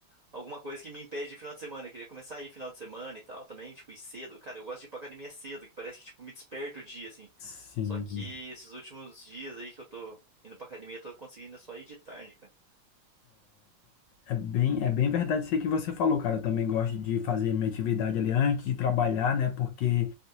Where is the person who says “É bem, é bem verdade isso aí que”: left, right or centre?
Left